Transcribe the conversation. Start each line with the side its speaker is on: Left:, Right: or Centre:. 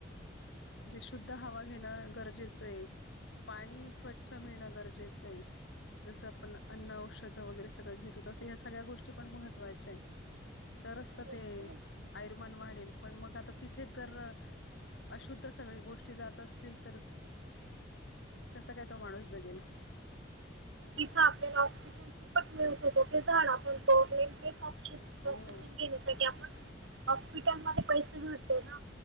Left: म्हणजे शुद्ध हवा घेणं गरजेचं आहे पाणी स्वच्छ मिळणं गरजेचं आहे जसं आपण अन्न औषध वगैरे सगळं घेतो तसं ह्या सगळ्याोष्टी पण महत्वाच्या आहेत तरच तर
Right: तेच
Left: ते आयुमान वाढेल पण मग आता तिथेच जर अशुद्ध तर सगळी गोष्टी जात असतील तर कसं काय तो माणूस जगेल
Right: जिथ आपल्याला ऑक्सिजन फुकट मिळत होत तेिणो तेऑ ऑक्सिजन
Left: हो
Right: घेण्यासाठी आपण हॉस्पिटलमध्ये पैसे भडतो ना